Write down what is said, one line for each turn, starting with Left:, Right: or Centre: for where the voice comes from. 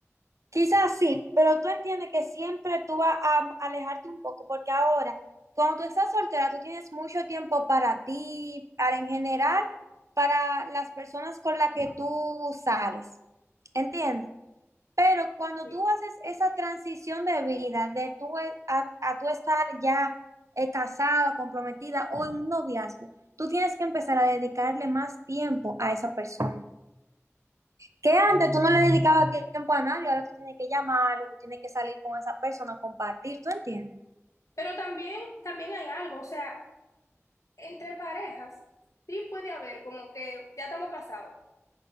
Right: Quizás sí, pero tú entiendes que siempre tú vas a mm, alejarte un poco, porque ahora, cuando tú estás soltera, tú tienes mucho tiempo para ti, para en general, para las personas con las que tú sales, ¿entiendes? Pero cuando
Left: Sí.
Right: tú haces esa transición de vida, de tú e- a, a tú estar ya eh, casada, comprometida o en un noviazgo, tú tienes que empezar a dedicarle más tiempo a esa persona. Que antes tú no le dedicabas tiempo a nadie, ahora tú tienes que llamarlo, tú tienes que salir con esa persona, compartir, ¿tú entiendes?
Left: Pero también, también hay algo, o sea, entre parejas sí puede haber como que ya estamos casados.